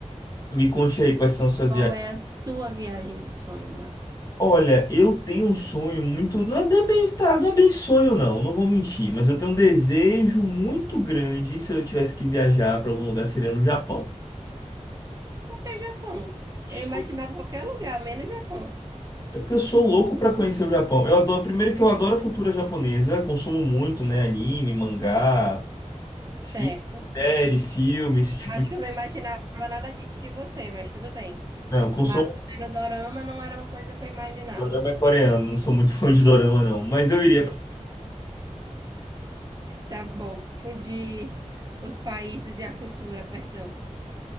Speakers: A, on the left; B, on the right.
A: Me conte aí quais são as suas
B: Qual
A: viagens.
B: é a sua viagem do sonho, Marcos?
A: Olha, eu tenho um sonho muito. Não é não é bem, tá, não é bem sonho, não, não vou mentir, mas eu tenho um desejo muito grande. E se eu tivesse que viajar para algum lugar, seria no Japão.
B: É Japão. Eu
A: Sou-
B: imaginava qualquer lugar, menos Japão.
A: É porque eu sou louco para conhecer o Japão. Eu adoro, primeiro que eu adoro a cultura japonesa, consumo muito, né? Anime, mangá. Fi-
B: Certo.
A: Série, filme, esse tipo
B: Acho
A: de...
B: que eu não imaginava nada disso de você, mas tudo bem.
A: Não, eu consumo
B: Marcos vendo dorama não era uma coisa que eu imaginava.
A: dorama coreano, não sou muito fã de dorama, não. Mas eu iria pra...
B: Tá bom, confundi os países e a cultura, perdão.